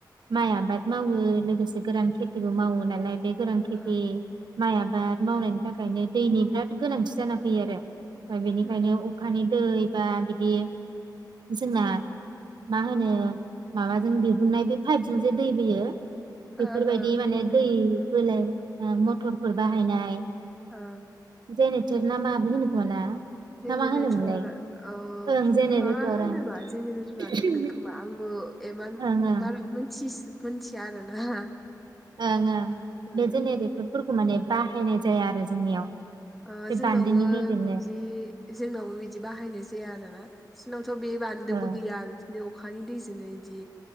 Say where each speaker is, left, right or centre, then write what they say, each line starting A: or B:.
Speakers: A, on the right; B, in the centre.
A: माइ आबाद मावो लोगोसे गोरान खेथिबो मावो नालाय। बे गोरान खेथि।
B: ओ
A: माइ आबाद मावनायनि थाखायनो दैनि बिराद गोनांथि जाना फैयो आरो। फाय बेनिखायनो
B: उम
A: अखानि दै। बा बिदि। जोंना मा होनो। ओ माबाजों दिहुननाय बे पाइपजों जे दै बोयो। बेफोरबायदि
B: ओ ओ
A: माने
B: मथ
A: दै
B: ओ
A: बोलाय। ओ मत फोरबो बाहायनाय
B: ओ ओ
A: जेने थेरना माबो होनोखोमा ना
B: जेनेरेटर
A: ना मा होनोमोनलाय
B: ओ
A: ओं जेनेरेटर
B: मा होनोबा जेनेरेटरानो
A: ओं
B: होनगोन खोमा आंबो एमान
A: ओं ओं
B: बारा मोनथिस मिथिया आरोना
A: ओं ओं
B: ओ
A: बे जेनेरेटरफोरखौ माने बाहायनाय जाया आरो जोंनियाव
B: अ
A: बे
B: जोंनावबो
A: बान्दोनि गेजेरनो
B: बिदि जोंनावबो बिदि बाहायनाय जाया आरोना सिनाव थ' बे बान्दोबो
A: अ
B: गैया बिदिनो अखानि दैजोंनो इदि